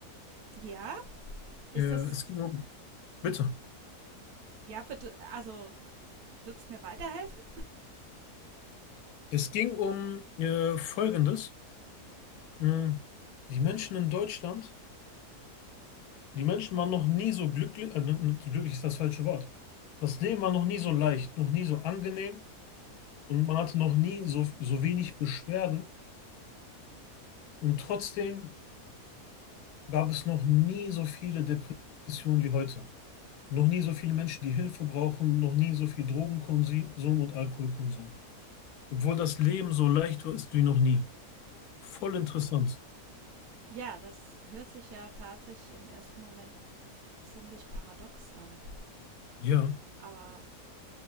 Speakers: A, on the right; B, on the left.
A: Ja, ist
B: Äh,
A: das,
B: es ging um, bitte.
A: ja, bitte, also wird's mir weiterhelfen?
B: Es ging um äh, Folgendes. Hm, die Menschen in Deutschland, die Menschen waren noch nie so glücklich, äh, n- n- glücklich ist das falsche Wort. Das Leben war noch nie so leicht, noch nie so angenehm und man hatte noch nie so, so wenig Beschwerden und trotzdem gab es noch nie so viele Depressionen wie heute. Noch nie so viele Menschen, die Hilfe brauchen, noch nie so viel Drogenkonsum und Alkoholkonsum. Obwohl das Leben so leicht war, ist wie noch nie. Voll interessant.
A: Ja, das hört sich ja tatsächlich im ersten Moment ziemlich paradox an.
B: Ja,
A: Aber